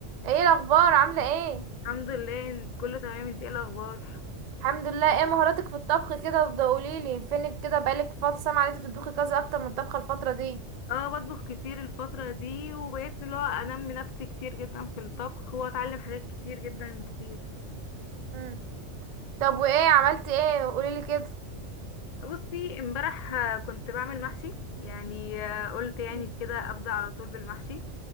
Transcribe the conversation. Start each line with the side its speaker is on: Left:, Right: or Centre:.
Right: ايه الاخبار عامله ايه
Left: الحمد لله إن كله تمام انت ايه الاخبار
Right: الحمد لله ايه مهاراتك في الطبخ كده وبدا قوليلي فينك كده بقالك فتره سامعه ان انت بتطبخي كذا اكتر من الطبخه الفتره دي
Left: اه بطبخ كتير الفترة دي وبقيت اللي هو انمي نفسي كتير جدا في الطبخ واتعلم حاجات كتير جدا كتير
Right: امم طب وايه عملتي ايه قوليلي كده
Left: بصي امبارح آه، كنت بعمل محشي يعني آه، قلت يعني
Right: مم.
Left: كده ابدأ على طول بالمحشي